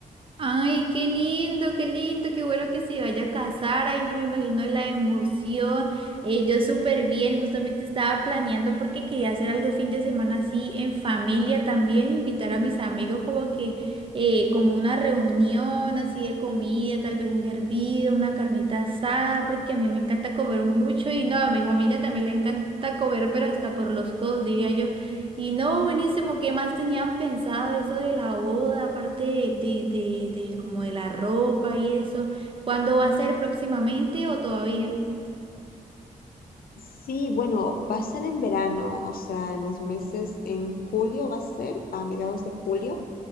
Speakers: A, on the right; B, on the left.
A: Ay, qué lindo, qué lindo, qué bueno que se vaya a casar. Ay, no me imagino la emoción. Eh, yo súper bien, justamente estaba planeando porque quería hacer algo el fin de semana así en familia también, invitar a mis amigos como que eh, como una reunión así de comida, tal vez un hervido, una carnita asada, porque a mí me encanta comer mucho y no, a mi familia también le encanta comer, pero hasta por los codos, diría yo. Y no, buenísimo, ¿qué más tenían pensado eso de la boda, aparte de, de, de, de como de la ropa y eso? ¿Cuándo va a ser próximamente o todavía?
B: Sí, bueno, va a ser en verano, o sea, en los meses, en julio va a ser, a mediados de julio.